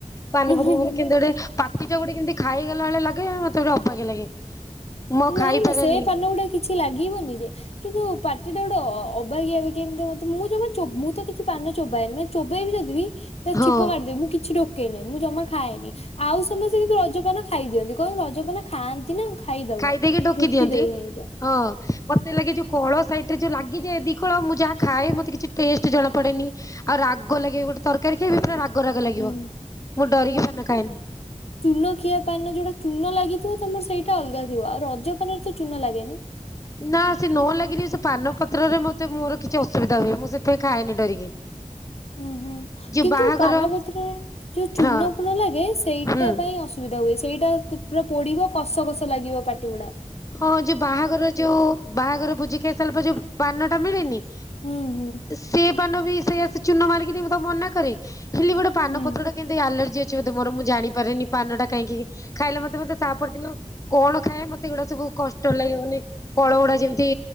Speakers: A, on the left; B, on the left.
A: ପାନ
B: ହୁଁ
A: ପତ୍ର ମାନେ
B: ହୁଁ।
A: କେମିନ୍ତି ଗୋଟେ ପାଟିଟା ଗୋଟେ କେମିତି ଖାଇଗଲା ଭଳିଆ ଲାଗେ, ମତେ ଅବାଗିଆ ଲାଗେ। ମୁଁ ଆଉ
B: ନାଇଁ
A: ଖାଇପାରେନି
B: ନା, ସେ ପାନଗୁଡା କିଛି ଲାଗିବନି ଯେ। କିନ୍ତୁ ପାଟିଟା ଗୋଟେ ଅବାଗିଆ ଅବାଗିଆ କେମିତି ମୋତେ। ମୁଁ ଜମା ମୁଁ ତ କିଛି ପାନ ଚୋବାଏ ନି ମାନ। ଚୋବେଇବି ଯଦିବି। ତା
A: ହଁ
B: ଚିପ କାଢିଦେ। ମୁଁ କିଛି ଢ଼ୋକେନି, ମୁଁ ଜମା ଖାଏନି, ଆଉ ସମସ୍ତେ କିିନ୍ତୁ ରଜପାନ ଖାଇଦିଅନ୍ତି କଉ ରଜପନା ଖାଆନ୍ତି ନା ଖାଇଦବ।
A: ଦେଇକି ଢ଼ୋକି
B: ରୋକିଦେବେ
A: ଦିଅନ୍ତି
B: ସମସ୍ତେ
A: ହଁ ମତେ ଲାଗେ ଯୋ କଳ ସାଇଟିରେ ଯୋଉ ଲାଗିଯାଏ ଦି କଳ ମୁଁ ଯାହା ଖାଏ ମତେ କିଛି ଟେଷ୍ଟ ଜଣାପଡେନି। ଆଉ ରାଗ ଲାଗେ ଗୋଟେ ତରକାରୀ ଖାଇବି ପୁରା ରାଗ ରାଗ ଲାଗିବ।
B: ହୁଁ
A: ମୁଁ ଡରିକି ପାନ ଖାଏନି।
B: ଚୁନଖିଆ ପାନ ଯୋଉଟା ଚୂନ ଲାଗିଥିବ ତମର ସେଇଟା ଅଲଗା ଥିବ। ଆଉ ରଜ ପାନରେ ତ ଚୁନ ଲାଗେନି।
A: ନା ସେ ନ ଲାଗିରି ସେ ପାନ ପତ୍ରରେ ମୋତେ ମୋର କିଛି ଅସୁବିଧା ହୁଏ। ମୁଁ ସେଥିପାଇଁ ଖାଏନି ଡରିକି।
B: ହୁଁ ହୁଁ
A: ଯୋଉ
B: କିନ୍ତୁ
A: ବାହାଘର
B: ପାନପତ୍ରରେ ଯୋଉ ଚୂନ
A: ହଁ
B: ଫୂନ ଲାଗେ ସେଇଟା
A: ହୁଁ।
B: ପାଇଁ ଅସୁ ସୁବିଧା ହୁଏ। ସେଇଟା ପୁରା ପୋଡିବ କସ କସ ଲାଗିବ ପାଟି ଗୁଡାକ।
A: ହଁ ଯୋଉ ବାହାଘର ଯୋଉ ବାହାଘର ଭୋଜି ଖାଇ ସାରିଲା ପରେ ଯୋ ପାନଟା ମିଳେନି
B: ହୁଁ ହୁଁ।
A: ସେ ପାନ ବି ସେଇଆ ଚୂନ ମାରିକି ମୁଁ ତାକୁ ମନା କରେ। ହେଲି ଗୋଟେ ପାନ
B: ହୁଁ
A: ପତ୍ରଟେ କିମିତି ଆଲର୍ଜି ଅଛି ବୋଧେ ମୋର। ମୁଁ ଜାଣିପାରେନି। ପାନ ଟା କାହିଁକି ଖାଇଲେ ମତେ ମତେ ତା ପରଦିନ କଣ ଖାଏ ମତେ ଏମିତି ଗୁଡାକ ସବୁ କଷ୍ଟ ଲାଗିବନି କଳ ଗୁଡାକ ଯେମିତି